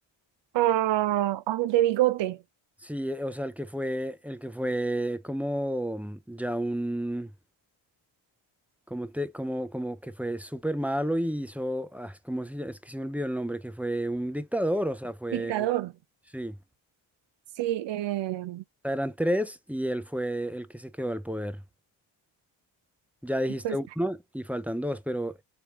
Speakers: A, on the right (about 65°); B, in the centre.
A: Ah, ah, el de bigote.
B: Sí, eh, o sea, el que fue, el que fue como ya un, como te, como, como que fue súper malo y hizo, ah, ¿cómo se llama? Es que se me olvidó el nombre, que fue un dictador, o sea, fue,
A: Dictador.
B: sí.
A: Sí. eh,
B: sea, eran tres y él fue el que se quedó al poder. Ya dijiste
A: y pues,
B: uno y faltan dos, pero